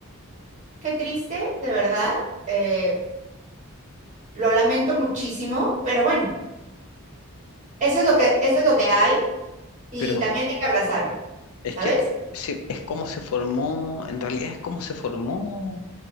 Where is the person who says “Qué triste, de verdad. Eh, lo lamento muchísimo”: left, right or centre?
Right